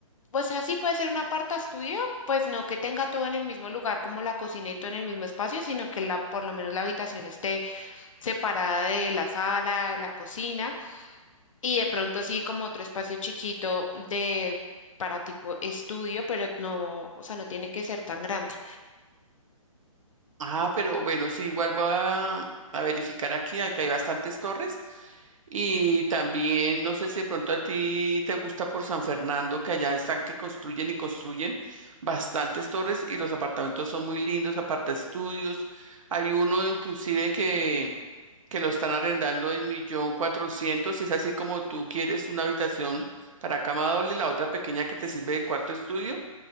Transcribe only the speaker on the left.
o sea, sí puede ser un aparta estudio, pues no que tenga todo en el mismo lugar como la cocina y todo en el mismo espacio, sino que la, por lo menos la habitación esté separada de la sala, de la cocina. Y de pronto sí, como otro espacio chiquito de para tipo estudio, pero no, o sea, no tiene que ser tan grande.